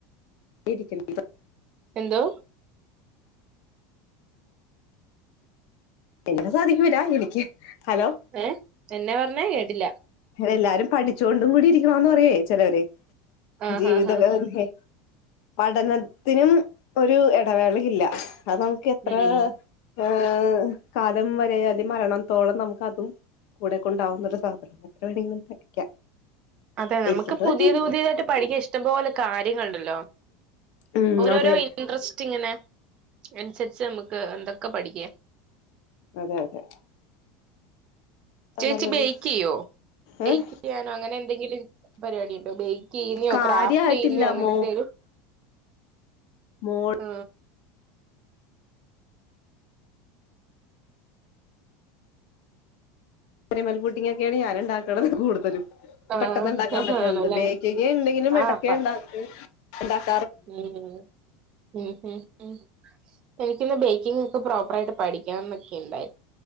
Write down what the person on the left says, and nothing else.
വിധിക്ക <unintelligible>
എങ്ങനെ സാധിക്കുവൊ രാ എനിക്ക് ഹലോ
എല്ലാരും പഠിച്ചോണ്ടും കൂടി ഇരിക്കണന്ന് പറയേ ചിലവര്
ജീവിതൊക്കെ
പഠനത്തിനും ഒരു ഇടവേളയില്ല അത് നമുക്ക് എത്ര
ഹ കാലം വരേ അല്ലെ മരണത്തോളം നമുക്ക് അതും കൂടെ കൊണ്ടാവുന്നൊരു സാ എത്ര വേണെയെങ്കിലും പഠിക്കാം
എനിക്കിത്
പറ്റൂല
ഉം
അതെ
അതെ അതെ
നല്ലൊരു
ഏഹ്
കാര്യായിട്ടില്ല
മോ
മോൾ
കരാമൽ പുഡ്ഡിംഗ്ങ്ങൊക്കെയാണ് ഞാന ഉണ്ടാക്കണത് കൂടുതലും
പെട്ടെന്ന് ഉണ്ടാക്കാൻ പറ്റണണ്ട്
ബേക്കിംഗ് എന്തെങ്കിലും
ഇടക്ക്
ഇണ്ടാക്ക ഇണ്ടാ